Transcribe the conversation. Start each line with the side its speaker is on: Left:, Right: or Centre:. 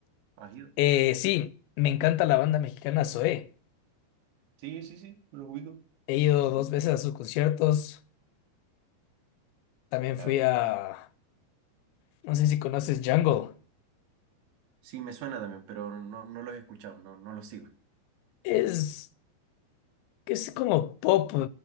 Right: has ido?
Left: Eh, sí, me encanta la banda mexicana Zoé.
Right: Sí, sí, sí, los ubico.
Left: He ido dos veces a sus conciertos. También
Right: Claro.
Left: fui a, no sé si conoces Jungle.
Right: Sí, me suena también, pero no, no los he escuchado, no, no los sigo.
Left: Es, es como pop,